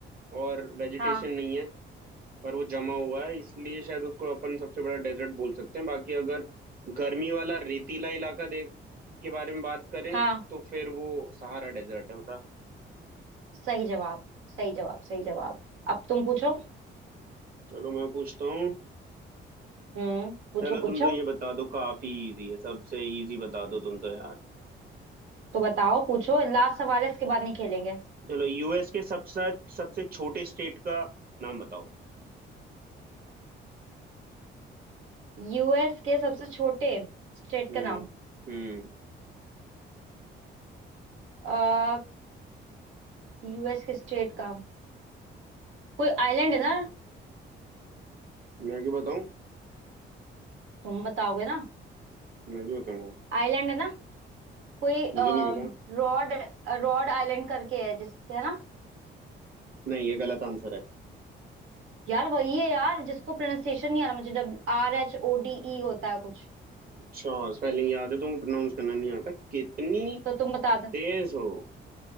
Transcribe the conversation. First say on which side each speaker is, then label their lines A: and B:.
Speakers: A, on the right; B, on the right.
A: और वेजिटेशन
B: हाँ
A: नहीं है पर वो जमा हुआ है इसलिए शायद उसको अपन सबसे बड़ा डेजर्ट बोल सकते हैं बाकी अगर गर्मी वाला रेतीला इलाका देख के बारे में बात करें
B: हाँ
A: तो फिर वो सहारा डेजर्ट है होता
B: सही जवाब सही जवाब सही जवाब अब तुम पूछो
A: चलो मैं पूछता हूँ
B: हम्म पूछो
A: चलो तुम
B: पूछो
A: तो ये बता दो काफी इजी है सबसे इजी बता दो तुम तो यार
B: तो बताओ पूछो लास्ट सवाल है इसके बाद नहीं खेलेंगे
A: चलो यूएस के सबसे सबसे छोटे स्टेट का नाम बताओ
B: यूएस के सबसे छोटे स्टेट
A: हम्म
B: का नाम
A: हम्म
B: आ यूएस के स्टेट का कोई आइलैंड है ना
A: मैं क्यों बताऊं
B: तुम बताओगे ना
A: मैं क्यों बताऊंगा
B: आइलैंड है ना कोई
A: मुझे
B: रॉड
A: नहीं पता
B: रॉड आइलैंड करके है जिस है ना
A: नहीं ये गलत आंसर है
B: यार वही है यार जिसको प्रोनाउंसिएशन नहीं आ रहा मुझे डब्ल्यू आर एच ओ डी ई होता है कुछ
A: अच्छा स्पेलिंग याद है तुमको प्रोनाउंस करना नहीं आता कितनी
B: तो तुम बता दो
A: तेज हो